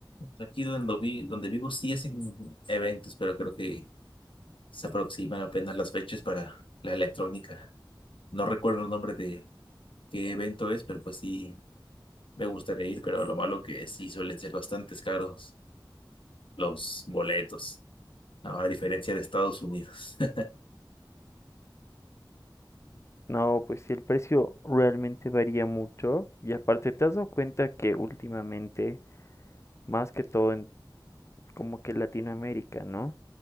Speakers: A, on the left; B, on the left.
A: Aquí donde vi, donde vivo sí hacen eventos, pero creo que se aproximan apenas las fechas para la electrónica. No recuerdo el nombre de qué evento es, pero pues sí me gustaría ir, pero lo malo que sí suelen ser bastante caros los boletos, ¿no? a diferencia de Estados Unidos. <laughs>
B: No, pues sí, el precio realmente varía mucho. Y aparte, ¿te has dado cuenta que últimamente, más que todo en como que Latinoamérica, ¿no?